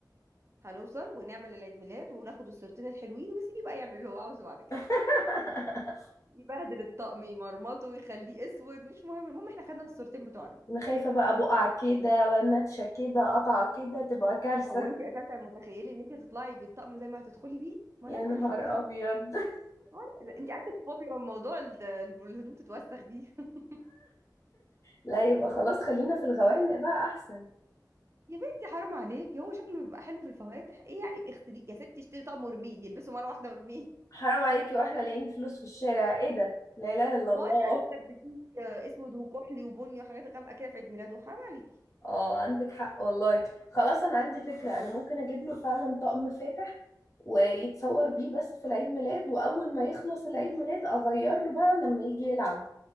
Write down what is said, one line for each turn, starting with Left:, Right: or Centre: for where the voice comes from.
Right: هنوصل ونعمل العيد ميلاد وناخد الصورتين الحلوين وسيبيه بقى يعمل اللي هو عاوزه بعد كده
Left: <laughs>
Right: يبهدل الطقم يمرمطه ويخليه اسود مش مهم المهم احنا خدنا الصورتين بتوعنا
Left: انا خايفة بقى بقع كده نتشة كده قطع كده تبقى كارثة
Right: هو انت اساسا متخيله ان انت هتطلعي بالطقم زي ما هتدخلي بيه ما
Left: يا
Right: لازم
Left: نهار
Right: انا هيتبهدل
Left: ابيض <laughs>
Right: ولا انت عندك فوبيا من موضوع ال- الهدوم تتوسخ دي <laughs>
Left: لا يبقى خلاص خلينا في الغوامق بقى احسن
Right: يا بنتي حرام عليك هو شكله بيبقى حلو في الفواتح ايه يعني اغسليه يا ستي اشتري طقم وارميه يلبسه مره واحده وارميه
Left: حرام عليكي واحنا لاقيين فلوس في الشارع ايه ده لا اله الا الله
Right: ما هو انت عايزه تلبسيه اسود وكحلي وبني وحاجات غامقه كده في عيد ميلاده حرام عليكي
Left: اه عندك حق والله خلاص انا عندي فكرة انا ممكن اجيب له فعلا طقم فاتح ويتصور بيه بس في العيد ميلاد واول ما يخلص العيد ميلاد اغير له بقى لما يجي يلعب